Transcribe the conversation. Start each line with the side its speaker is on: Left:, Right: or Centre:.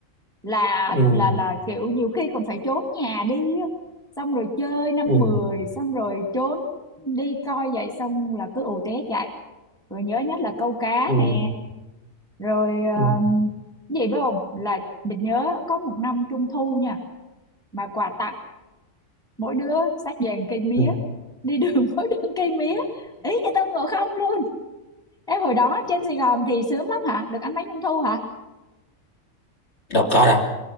Centre: là
Left: ừ
Centre: là là kiểu nhiều khi còn phải trốn nhà đi á. xong rồi chơi năm
Left: ừ
Centre: mười xong rồi trốn đi coi vậy xong là cứ ù té chạy rồi nhớ nhất là câu cá
Left: ừ
Centre: nè rồi
Left: ừ
Centre: um, cái gì biết không là mình nhớ có một năm trung thu nha mà quà tặng mỗi đứa xách về một cây mía
Left: ừ.
Centre: đi đường <laughs> mỗi đứa một cây mía ý như Tôn Ngộ Không luôn Thế hồi đó trên Sài Gòn thì sướng lắm hả? Được ăn bánh trung thu hả?
Left: <laughs> đâu có đâu